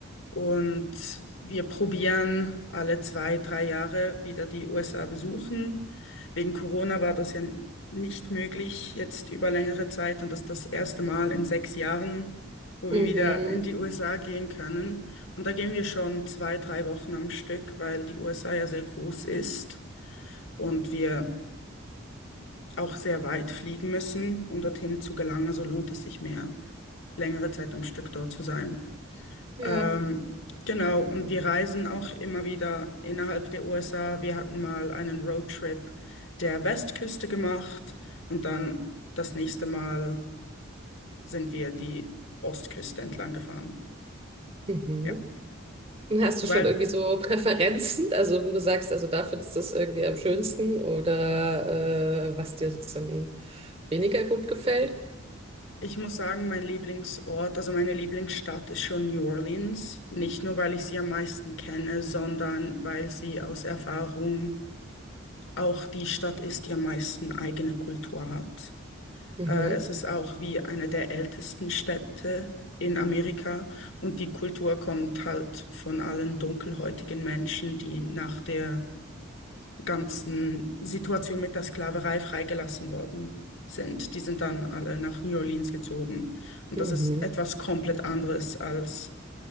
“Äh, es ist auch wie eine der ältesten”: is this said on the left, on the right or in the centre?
Left